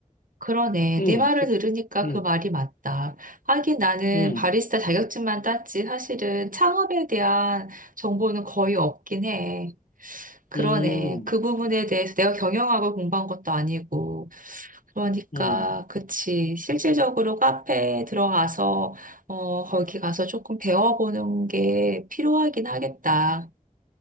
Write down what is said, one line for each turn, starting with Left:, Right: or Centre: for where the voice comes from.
Right: 그러네.
Left: 응,
Right: 네 말을
Left: 그,
Right: 들으니까
Left: 응,
Right: 그 말이 맞다. 하긴 나는
Left: 응,
Right: 바리스타 자격증만 땄지 사실은 창업에 대한 정보는 거의 없긴 해. 그러네.
Left: 응,
Right: 그 부분에 대해서 내가 경영학을 공부한 것도 아니고. 그러니까,
Left: 응.
Right: 그치. 실질적으로 카페에 들어가서, 어, 거기 가서 조금 배워보는 게 필요하긴 하겠다.